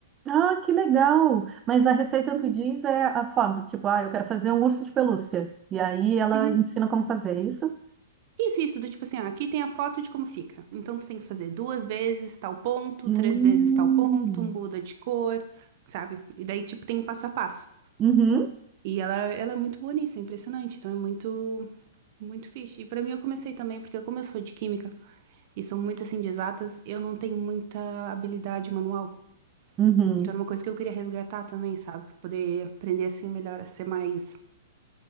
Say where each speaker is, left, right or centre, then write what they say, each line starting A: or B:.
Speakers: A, on the right; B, on the right.
A: Ah, que legal! Mas a receita
B: Uhum,
A: tu diz é a forma, tipo, ah, eu quero fazer um urso de pelúcia. E aí ela
B: uhum.
A: ensina como fazer é isso?
B: Isso, isso, do tipo assim, ah, aqui tem a foto de como fica. Então tu tem que fazer duas vezes tal ponto,
A: Hum.
B: três vezes tal ponto, muda de cor, sabe? E daí, tipo, tem um passo a passo.
A: Uhum,
B: E ela, ela é muito boa nisso, é impressionante. Então é muito, muito fixe. E pra mim eu comecei também, porque como eu sou de química e sou muito assim de exatas, eu não tenho muita habilidade manual.
A: uhum.
B: Então era uma coisa que eu queria resgatar também, sabe? Poder aprender assim melhor, a ser mais,